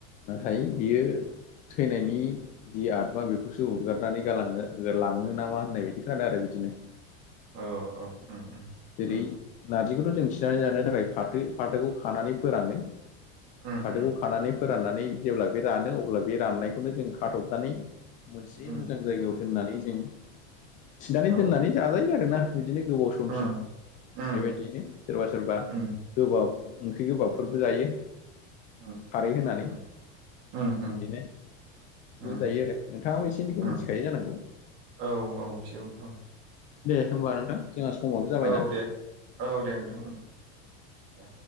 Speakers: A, on the left; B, on the right.
A: नाथाय बियो थैनायनि जि आतमा बेखौसो सो उरगारनानै गालाङो लाङो नामा होननाय बायदि खादो आरो बिदिनो
B: औ औ उम उम
A: जेरै
B: उम
A: नार्जिखौथ' जों थिनानै जानो थाखाय फाथो फाथोखौ खानानै फोरानो
B: उम
A: फाथोखौ खानानै फोराननानै जेब्ला बे रानो अब्ला बे राननायखौनो जों खाथबनानै मोनसे
B: उम
A: मोजां जायगाआव दोननानै जों थिनानै
B: औ
A: दोननानै जाजायो आरो आरोना इदिनो गोबाव समसिम
B: उम उम
A: बेबायदियैनो सोरबा सोरबा
B: उम
A: गोबाब ओंख्रि गोबाबफोरबो जायो
B: उम
A: खारै होनानै
B: उम उम
A: इदिनो बेनो
B: उम
A: जायो आरो नोंथाङाबो एसे एनैखौ
B: उम
A: मोनथिखायो जानांगौ
B: औ औ मिथिगौ नोथां
A: दे होमबा नोंथां जोंहा समाबो जाबायना
B: औ दे औ दे नोंथां उम दे